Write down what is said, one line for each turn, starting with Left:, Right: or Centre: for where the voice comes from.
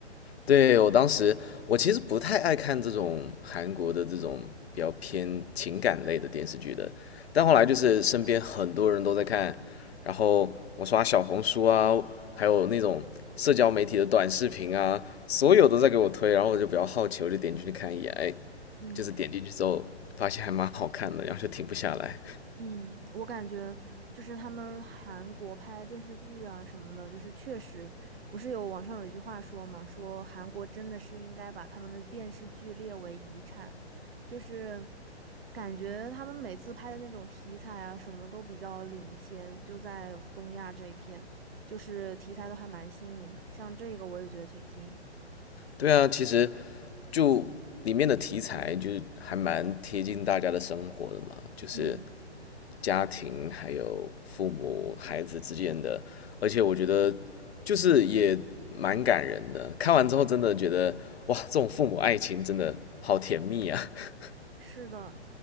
Left: 对，我当时，我其实不太爱看这种韩国的这种比较偏情感类的电视剧的，但后来就是身边很多人都在看，然后我刷小红书啊，还有那种社交媒体的短视频啊，所有都在给我推，然后我就比较好奇，我就点进去看一眼，哎，
Right: 嗯。
Left: 就是点进去之后发现还蛮好看的，然后就停不下来。
Right: 嗯，我感觉就是他们韩国拍电视剧啊什么的，就是确实不是有网上有一句话说嘛，说韩国真的是应该把他们的电视剧列为遗产，就是感觉他们每次拍的那种题材啊什么都比较领先，就在东亚这一片，就是题材都还蛮新颖的，像这个我也觉得挺新颖的。
Left: 对啊，其实就里面的题材就是还蛮贴近大家的生活的嘛，就是
Right: 嗯。
Left: 家庭还有父母孩子之间的，而且我觉得就是也蛮感人的。看完之后真的觉得哇，这种父母爱情真的好甜蜜啊！<laughs>
Right: 是的，